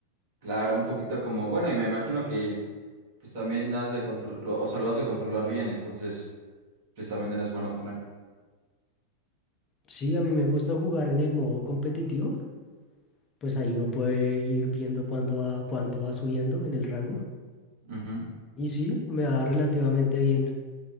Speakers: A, on the right; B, on the left.
A: claro, un poquito como, bueno, y me imagino que pues también has de controlar, o sea, lo has de controlar bien, entonces pues también eres bueno con él.
B: Sí, a mí me gusta jugar en el modo competitivo. Pues ahí uno puede ir viendo cuándo va, cuánto va subiendo en el rango.
A: Ujú.
B: Y sí, me va relativamente bien.